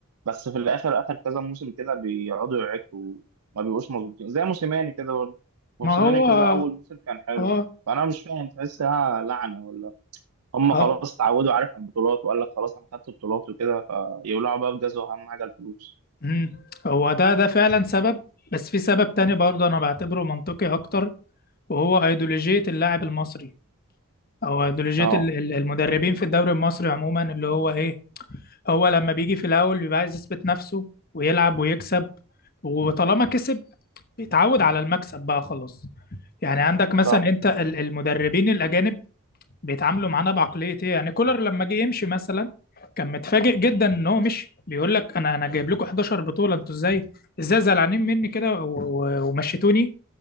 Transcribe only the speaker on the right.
بس في الاخر اخر كذا موسم كده بيقعدوا يعكوا وما بيبقوش مظبوطين زي موسيماني كده برضه موسيماني
كذا
اول موسم كان حلو
فانا مش فاهم تحسها لعنه ولا هم
خلاص اتعودوا عارف على البطولات وقال لك خلاص انا خدت البطولات وكده فيولعوا بقى بجاز واهم حاجه الفلوس
اه
صح